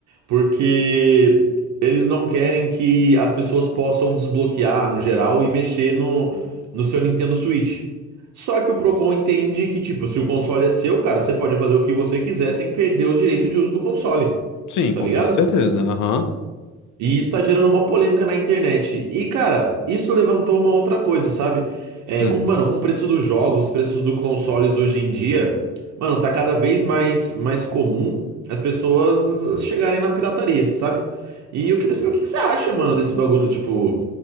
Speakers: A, on the right; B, on the left.
A: porque eles não querem que as pessoas possam desbloquear, no geral, e mexer no, no seu Nintendo Switch. Só que o Procon entende que, tipo, se o console é seu, cara, você pode fazer o que você quiser sem perder o direito de uso do console,
B: Sim,
A: tá
B: com
A: ligado?
B: toda certeza. Aham.
A: E isso tá gerando uma polêmica na internet. E, cara, isso levantou uma outra coisa, sabe? É,
B: Hum.
A: com, mano, com o preço dos jogos, os preços dos consoles hoje em dia, mano, tá cada vez mais, mais comum as pessoas chegarem na pirataria, sabe? E eu queria saber o que que você acha, mano, desse bagulho, tipo,